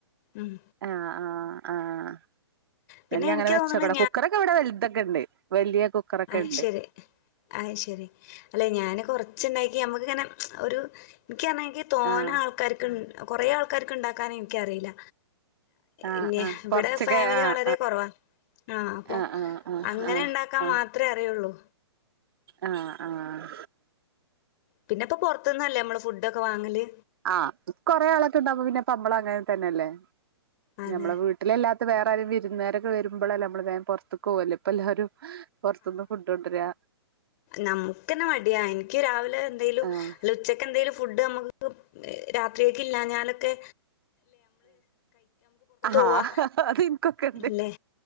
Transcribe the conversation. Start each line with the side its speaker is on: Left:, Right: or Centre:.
Left: ഉം
Right: ആഹ് ആഹ് ആഹ്.
Left: പിന്നെ
Right: ഇ
Left: എനിക്ക്
Right: അങ്ങനെ വെച്ചോക്കണം
Left: തോന്നണ്
Right: കുക്കറൊക്കെ എവിടെ വലുതൊക്കെ ഉണ്ട്. വലിയ കുക്കറൊക്കെ
Left: ആഹ
Right: ഉണ്ട്
Left: ശരി ആഹ ശരി അല്ലെ ഞാന് കൊറച്ചുണ്ടാക്കി ഞമക്ക് ഇങ്ങനെ ഒരു എക്കാണെങ്കി തോന്ന
Right: ആഹ്
Left: ആൾക്കാർക്ക ഇണ്ട കൊറെേ ആൾക്കാർക്ക് ഇണ്ടാക്കാന് എനിക്കറിയില്ല.
Right: ആഹ്
Left: ഇന്ന
Right: ആഹ്
Left: ഇവിടെ
Right: കൊറച്ചൊക്കെ
Left: ഫാമിലി
Right: ആഹ്
Left: വളരെ കൊറവാണ്. ആ
Right: ആഹ്
Left: അപ്പൊ
Right: ആഹ് ആഹ്
Left: അങ്ങനെ
Right: ആഹ്
Left: ഉണ്ടാക്കാ
Right: ആഹ്
Left: മാത്ര അറിയുള്ളൂ.
Right: ആഹ് ആഹ്.
Left: പിന്നെ ഇപ്പൊ പൊറ പൊറത്തുന്നല്ലേ നമ്മള് ഫുഡ്‌ ഒക്കെ വാങ്ങല്.
Right: ആഹ് കൊറെ ആളൊക്കെ ഇണ്ടാവ്പോ പിന്നെ പമ്പള അങ്ങനെ തന്നെയല്ലേ?
Left: അതെ
Right: നമ്മളെ വീട്ടിലെല്ലാ ഇ വേറാരും വിരുന്നുകാരൊക്കെ വരുമ്പളല്ലേ മ്മള് വേ പുറത്തക്ക് പോവല്ലേ പലഹാരോം പൊർത്തുന്നു ഫുഡ്‌കൊണ്ടുവരിക
Left: നമുക്ക്ന്നെ മടിയാ എനിക്ക് രാവിലെ എന്തെങ്കലും
Right: ആഹ്
Left: ഉച്ചക്ക് എന്ത എ ഫുഡ് നമുക്ക് രാത്രിയക്ക് ഇല്ലാ ഞാലോകെ
Right: ആഹ
Left: പോവാ
Right: ആ അത്ഇൻ ക്കൊക്കെണ്ട്
Left: ഇല്ലേ